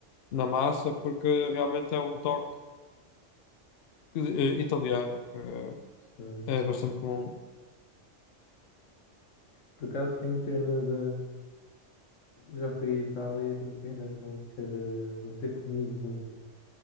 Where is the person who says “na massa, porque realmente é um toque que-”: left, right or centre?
Left